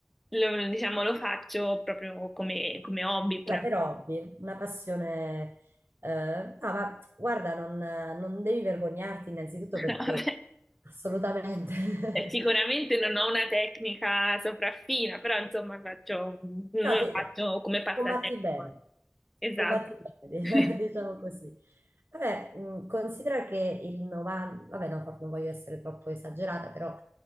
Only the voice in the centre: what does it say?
lo, diciamo, lo faccio proprio come, come hobby puramente.
<laughs>
Vabbè,
eh, Sicuramente non ho una tecnica sopraffina, però insomma faccio, non lo
faccio
come passatempo.
Esatto.
<laughs>